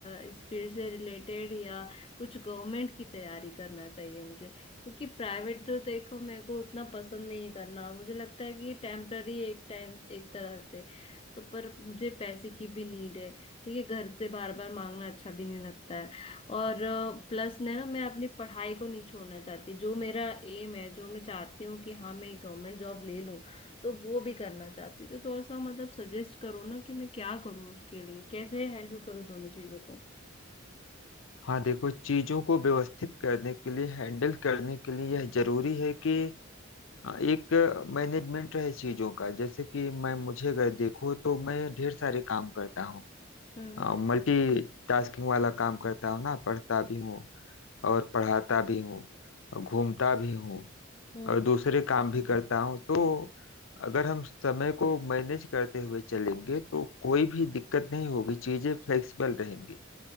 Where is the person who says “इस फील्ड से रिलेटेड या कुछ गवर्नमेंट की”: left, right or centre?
Left